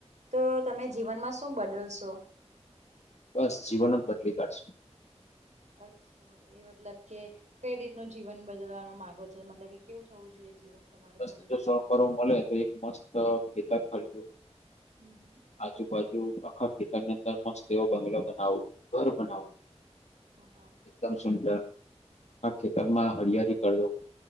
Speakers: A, on the right; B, on the left.
A: તો તમે જીવનમાં શું બદલશો?
B: બસ જીવન જ બદલી કાઢસુ.
A: અચ્છા. એ મતલબ કે કઈ રીતનું જીવન બદલવાનો માંગો છો મતલબ કે કેવું થવું જોઈએ જીવન તમારું
B: બસ
A: ભવિષ્યમાં?
B: જો સો કરોડ મળે તો એક મસ્ત ખેતર ખરીદુ.
A: હમમ હમમ.
B: આજુબાજુ આખા ખેતરની અંદર મસ્ત બંગલો બનાવો, ઘર બનાવવું.
A: હા હા.
B: એકદમ સુંદર આખા ખેતરમાં હળિયાળી કર દઉં